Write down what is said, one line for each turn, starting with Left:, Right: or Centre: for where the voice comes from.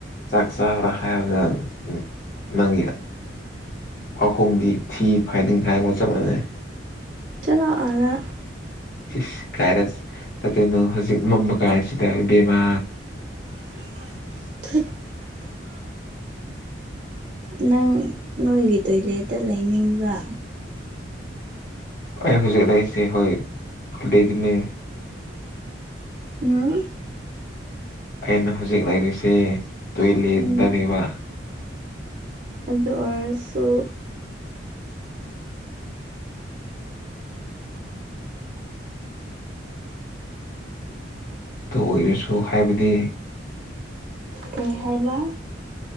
Left: ꯆꯥꯛ ꯆꯥꯔ ꯍꯥꯏꯕꯗꯗꯪ ꯅꯪꯏ ꯄꯥꯈꯣꯡꯗꯤ ꯊꯤ ꯐꯥꯏꯗꯤꯡ ꯊꯥꯏꯒ ꯆꯞ ꯃꯥꯟꯅꯩ
Right: ꯆꯂꯣ ꯑꯔ
Left: ꯁꯤꯁ ꯀꯥꯏꯔ ꯆꯠꯇꯅꯣ ꯍꯧꯖꯤꯛ ꯃꯝꯕ ꯀꯥꯏꯔꯁꯤ ꯇꯥꯏ ꯕꯦꯝꯃ
Right: <inaudible> ꯅꯪ ꯅꯣꯏꯒꯤ ꯇꯣꯏꯂꯦꯠꯇ ꯂꯩꯅꯤꯡꯕ꯭ꯔ
Left: ꯑꯩ ꯍꯧꯖꯤꯛ ꯂꯩꯁꯦ ꯍꯣꯏ ꯑꯗꯨꯗꯤꯅꯦ
Right: ꯑꯝ
Left: ꯑꯩꯅ ꯍꯧꯖꯤꯛ ꯂꯩꯔꯤꯁꯤ ꯇꯨꯋꯂꯤꯗꯅꯦꯕ
Right: ꯎꯝ ꯑꯗꯨ ꯑꯣꯏꯔꯁꯨ
Left: ꯇ ꯑꯣꯏꯔꯁꯨ ꯍꯥꯏꯕꯗꯤ
Right: ꯀꯔꯤ ꯍꯥꯏꯕ